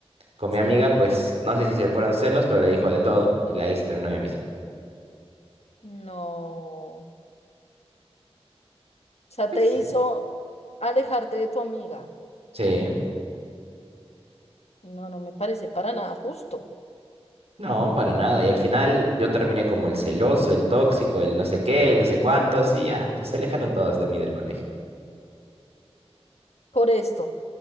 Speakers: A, on the right; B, on the left.
A: Con mi
B: Sí.
A: amiga, pues no sé si se le fueron celos, pero le dijo de todo y ahí se terminó mi amistad.
B: No. O sea,
A: Pues
B: te
A: sí.
B: hizo alejarte de tu amiga.
A: Sí,
B: No, no me parece para nada justo.
A: no, para nada. Y al final yo terminé como el celoso, el tóxico, el no sé qué, el no sé cuántos y ya, pues se alejaron todos de mí del colegio.
B: Por esto.